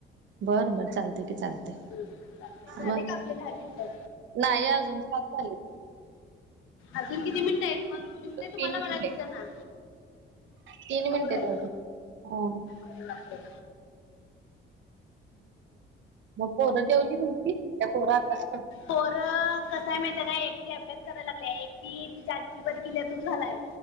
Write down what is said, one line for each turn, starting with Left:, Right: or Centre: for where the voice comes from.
Right: बर बरं चालते की चालते
Left: हं, चालते झाले
Right: मग.
Left: का आपले दहा मिनटं
Right: नाही अजून सात झालीत.
Left: अजून किती मिनीटं आहेत मग? दिसतय
Right: तीन
Left: तुम्हाला
Right: मिनिटे
Left: मला दिसनाय?
Right: तीन
Left: होय.
Right: मिनिटेत अजून. <unintelligible>
Left: आरे बापरे
Right: मग पोरं जेवली नव्हती त्या पोर आभ्यास
Left: पोर कसय माहिती काय? एक ती अभ्यास करायला लागली एक तिच्या आजीबर गेलीय दूध घालायला.